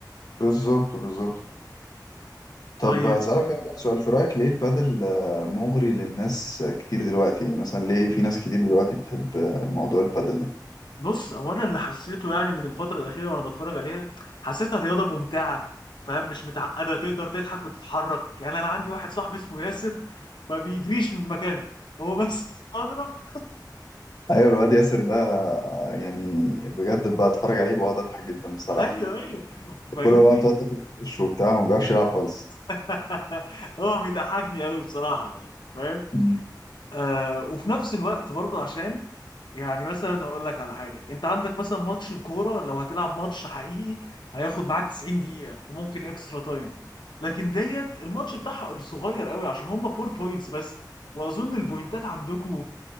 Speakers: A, on the left; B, on the left.
A: بالظبط بالظبط طب
B: طيب
A: أسألك أنا بقى سؤال في رأيك ليه البادل آه، مغري للناس كتير دلوقتي يعني مثلا ليه في ناس كتير دلوقتي بتحب آه، موضوع البادل ده
B: بص هو انا اللي حسيته يعني من الفترة الأخيرة وانا بتفرج عليها حسيتها رياضة ممتعة فاهم مش متعقدة تقدر تضحك وتتحرك يعني انا عندي واحد صاحبي اسمه ياسر ما بيجريش من مكانه هو بس <laughs> اضرب
A: أيوة الواد ياسر ده آه، يعني بجد بقى أتفرج عليه بقعد أضحك جدا بصراحة
B: ايوه ايوه فاهمني
A: كله بقى بتقعد تاخد في وشه وبتاع وما بيعرفش يلعب خالص
B: <laughs> هو بيضحكني قوي بصراحة يعني فاهم
A: مم.
B: آه وفي نفس الوقت برضه عشان يعني مثلا هقول لك على حاجه انت عندك مثلا ماتش الكوره لو هتلعب ماتش حقيقي هياخد معاك 90 دقيقه وممكن اكسترا تايم لكن ديت الماتش بتاعها صغير قوي عشان هم 4 بوينتس بس واظن البوينتات عندكم